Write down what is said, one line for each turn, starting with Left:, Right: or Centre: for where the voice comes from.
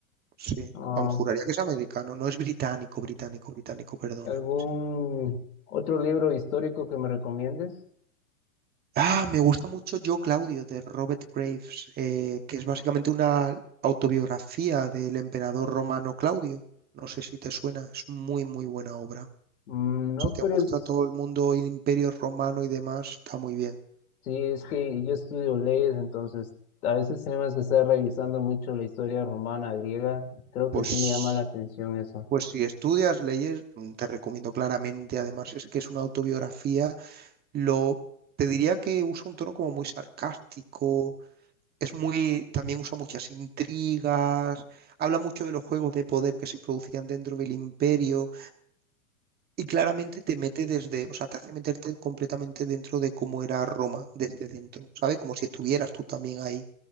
Right: Sí.
Left: Ah,
Right: Vamos, juraría que es americano. No es británico, británico, británico, perdona.
Left: ¿algún otro libro histórico que me recomiendes?
Right: Ah, me gusta mucho Yo, Claudio, de Robert Graves, eh, que es básicamente una autobiografía del emperador romano Claudio. No sé si te suena, es muy, muy buena obra.
Left: Mm, No,
Right: Si te
Left: pero
Right: gusta
Left: es-
Right: todo el mundo, el imperio romano y demás, está muy bien.
Left: Sí, es que yo estudio leyes, entonces a veces tenemos que estar revisando mucho la historia romana, griega. Creo
Right: Pues,
Left: que sí me llama la atención eso.
Right: pues si estudias leyes, mm, te recomiendo claramente. Además, es que es una autobiografía, lo, te diría que usa un tono como muy sarcástico Es muy, también usa muchas intrigas, habla mucho de los juegos de poder que se producían dentro del imperio y claramente te mete desde, o sea, te hace meterte completamente dentro de cómo era Roma desde dentro, ¿sabes? Como si estuvieras tú también ahí.